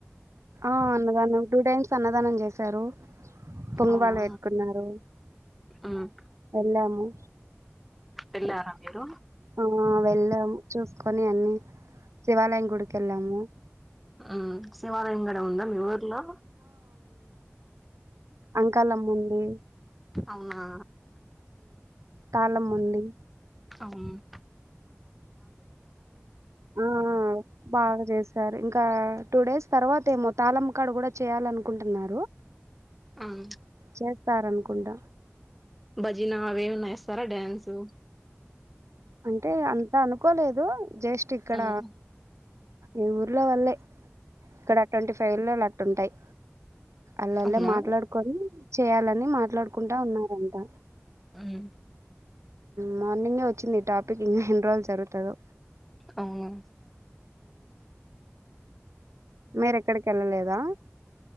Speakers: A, on the right; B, in the centre.
A: ఆ అన్నదానం టూ టైమ్స్ అన్నదానం చేశారు పొంగుపాలు
B: అవునా
A: పెట్టుకున్నారు
B: మ్మ్
A: ఎళ్ళము
B: వెళ్ళారా మీరు
A: ఆ వెళ్ళాము చూస్కొని అన్ని శివాలయం గుడుకి ఎళ్ళాము
B: అ శివాలయం గూడ ఉందా మీఊర్లో
A: అంకాలమ్ముంది
B: అవునా
A: తాళ్ళమ్మ ఉంది
B: అవున
A: ఆ బాగా చేశారు ఇంకా ఒక టూ డేస్ తర్వాత ఏమో తాళ్ళమ్మ కాడ కూడా చేయాలనుకుంటున్నారు
B: మ్మ్
A: చేస్తారనుకుంట
B: భజీనా అవే ఏమన్న వేస్తారా డ్యాన్సు
A: అంటే అంత అనుకోలేదు జస్ట్ ఇక్కడ
B: మ్మ్
A: ఈ ఊర్లో వాళ్లే ఇక్కడ ట్వంటీ ఫైవ్ విల్లాలు అట్ట ఉంటాయి అల్లల్లే
B: అవునా
A: మాట్లాడుకొని చేయాలని మాట్లాడుకుంటా ఉన్నారంట
B: మ్
A: మార్నింగే వచ్చింది ఈ టాపిక్ ఇంకా ఎన్ని రోజులు జరుగుతదో
B: అవునా
A: మీరెక్కడికి ఎళ్ళలేదా